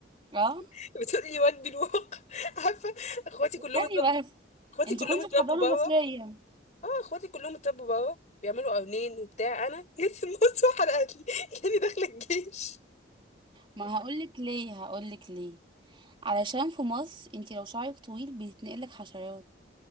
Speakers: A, on the right; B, on the left.
A: اه
B: <laughs> بتقول لي واجبي الواقع <laughs> عارفه اخواتي كلهم
A: تاني
B: اتربوا
A: بس
B: اخواتي
A: انت
B: كلهم
A: كنتي
B: اتربوا
A: في حضانه
B: بره
A: مصريه
B: اه اخواتي كلهم اتربوا بره بيعملوا قرنين وبتاع انا جيت في النص وحلقت لي <laughs> كاني داخله الجيش
A: ما هقولك ليه هقولك ليه علشان في مصر انتي لو شعرك طويل بيتنقلك حشرات